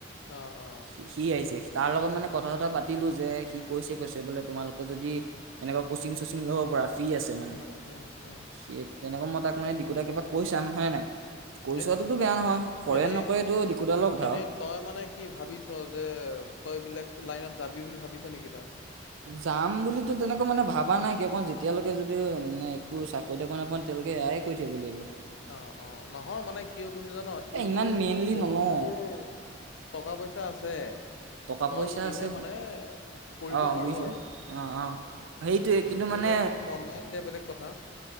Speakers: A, on the left; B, on the right.
A: অ অ
B: সি সি আহিছে তাৰ লগত মানে কথা চথা পাতিলো যে সি কৈছে কৈছে বোলে তোমালোকৰ যদি এনেকুৱা কচিং চচিং ল'ব পৰা ফ্ৰী আছে মানে
A: উম, উম, উম,
B: সেই তেনেকা মই তাক মানে দিকুদাই কিবা কৈ চাম হয়নে নাই কৈ
A: সেইট
B: চোৱাটোতো বেয়া নহয় কৰে
A: এনে
B: নকৰে এইটো দিকুতাৰ লগত কথা
A: এনেই
B: আৰু
A: তই মানে কি ভাবিছ যে তই বিলাক লাইনত যাবি বুলি ভাবিছ নেকি তই
B: যাম বুলিটো তেনেকুৱা মানে ভাবা নাই কিয় কাৰণ যেতিয়ালৈকে যদিও মানে একো চাকৰি তাকৰি নাপাও তেতিয়ালৈকে এয়া কৈ থাকিব লাগিব <unintelligible>
A: অ অ নহয় মানে কিয় কৈছো জান
B: এ
A: এইটোতো
B: ইমান
A: কিন্তু
B: মেইনলি
A: বহুত
B: নলওঁ
A: তোৰ টকা পইচা আছে
B: টকা
A: তই
B: পইচা
A: যদিহে
B: আছে
A: মানে কৰিব
B: অ
A: পাৰ
B: বুজিছো
A: আৰু।
B: অ অ সেইটোয়ে
A: যদি
B: কিন্তু মানে
A: তোৰ বাৰু তোৰ মন নাই, তেতিয়া বেলেগ কথা।